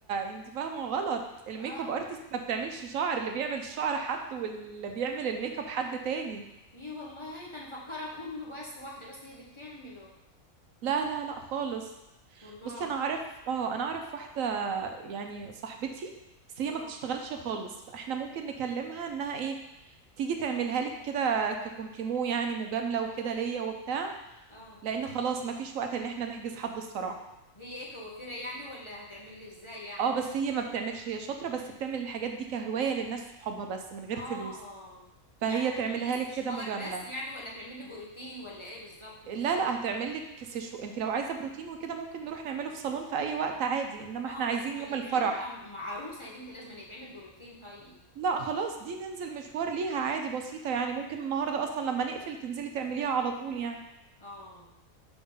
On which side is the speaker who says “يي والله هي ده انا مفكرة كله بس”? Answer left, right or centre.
Left